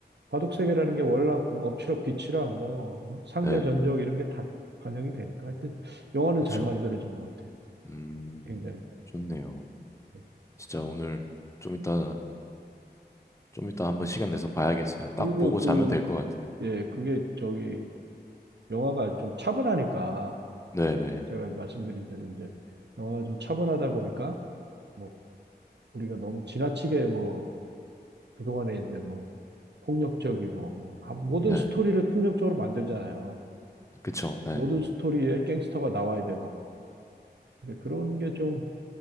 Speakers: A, on the right; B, on the left.
A: 바둑 세계라는 게 월락 뭐 엎치락 뒤치락 뭐 어? 상대
B: 네,
A: 전적 이런 게 다 반영이 되니까 하여튼 영화는
B: 그쵸.
A: 잘 만들어진 것 같아요.
B: 음,
A: 굉장히.
B: 좋네요.
A: 예.
B: 진짜 오늘 좀 이따, 좀 이따 한번 시간 내서 봐야겠어요. 딱
A: 그리고
B: 보고
A: 그
B: 자면 될 것 같아요.
A: 예, 그게 저기 영화가 좀 차분하니까
B: 네, 네,
A: 제가 말씀드린 대로 이제 영화가 좀 차분하다 보니까 뭐 우리가 너무 지나치게 뭐 그동안에 이제 뭐 폭력적이고 뭐 아, 모든
B: 네,
A: 스토리를 폭력적으로 만들잖아요.
B: 그쵸. 네,
A: 모든 스토리에 갱스터가 나와야 되고 근데 그런 게 좀